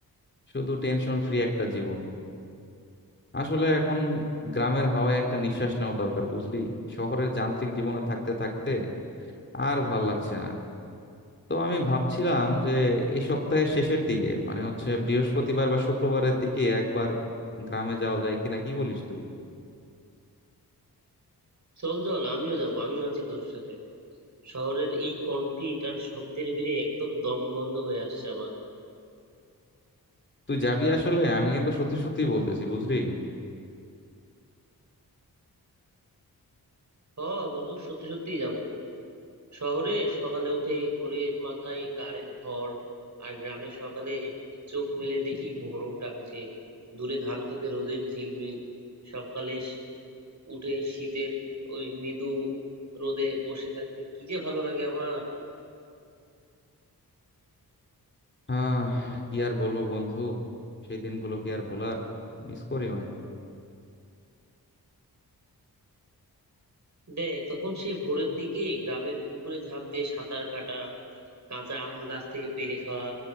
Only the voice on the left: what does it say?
শুধু টেনশন ফ্রি একটা জীবন আসলে এখন গ্রামের হাওয়ায় একটা নিঃশ্বাস নেওয়া দরকার বুঝলি শহরের যান্ত্রিক জীবনে থাকতে থাকতে আর ভাল লাগছে না তো আমি ভাবছিলাম যে এই সপ্তাহের শেষের দিকে মানে হচ্ছে বৃহস্পতিবার বা শুক্রবারের দিকে একবার গ্রামে যাওয়া যায় কিনা কি বলিস তুই
তুই যাবি আসলে আমি কিন্তু সত্যি সত্যি বলতেছি বুঝলি
হ্যাঁ কি আর বলবো বন্ধু সেই দিনগুলো কি আর ভোলার মিস করি অনেক